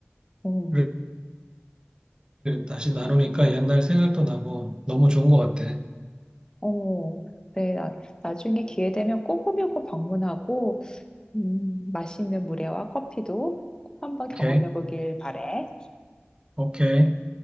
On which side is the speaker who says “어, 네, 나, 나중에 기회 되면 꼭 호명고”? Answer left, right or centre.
Left